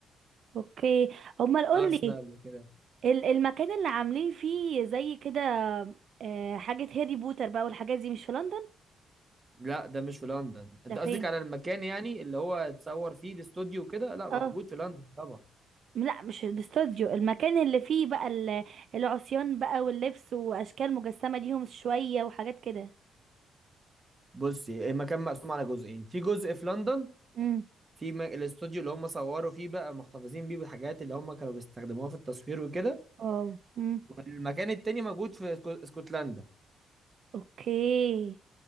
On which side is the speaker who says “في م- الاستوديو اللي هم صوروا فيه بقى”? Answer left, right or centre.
Right